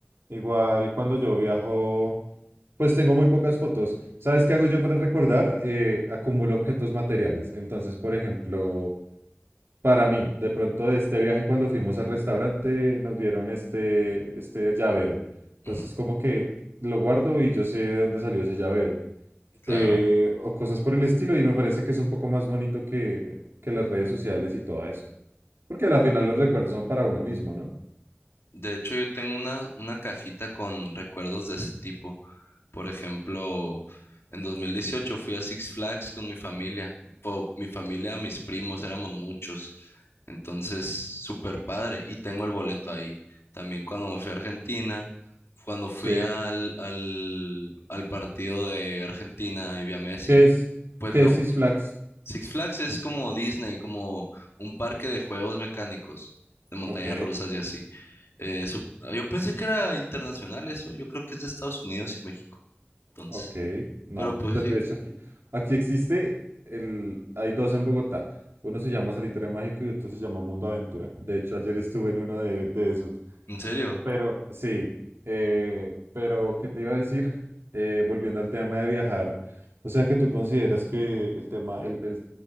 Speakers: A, on the right; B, on the left.
A: Igual cuando yo viajo, pues tengo muy pocas fotos. ¿Sabes qué hago yo para recordar? Eh, acumulo objetos materiales. Entonces, por ejemplo, para mí, de pronto de este viaje cuando fuimos al restaurante, nos dieron este, este llavero. Entonces,
B: Ujú,
A: como que lo guardo y yo sé de dónde salió ese llavero.
B: Claro.
A: Eh, o cosas por el estilo y me parece que es un poco más bonito que, que las redes sociales y todo eso. Porque al final los recuerdos son para uno mismo, ¿no?
B: De hecho, yo tengo una, una cajita con recuerdos de ese tipo. Por ejemplo, en 2018 fui a Six Flags con mi familia. Po- mi familia, mis primos, éramos muchos. Entonces, súper padre. Y tengo el boleto ahí. También cuando me fui a Argentina, cuando fui
A: Sí.
B: al, al, al partido de Argentina y vi a Messi,
A: ¿Qué es,
B: pues
A: qué
B: lo,
A: es Six Flags?
B: Six Flags es como Disney, como un parque de juegos mecánicos, de montañas
A: Ok,
B: rusas y así. Eh, su- yo pensé que era internacional eso, yo creo que es de Estados Unidos y México, entonces.
A: ok. No,
B: Pero pues
A: pues
B: sí,
A: de hecho aquí, aquí existe el, hay dos en Bogotá. Uno se llama Salitre Mágico y otro se llama Mundo Aventura. De hecho, ayer estuve en uno de, de esos.
B: en serio,
A: Pero sí, eh, pero ¿qué te iba a decir? Eh, volviendo al tema de viajar, o sea que tú consideras que el tema, el, el,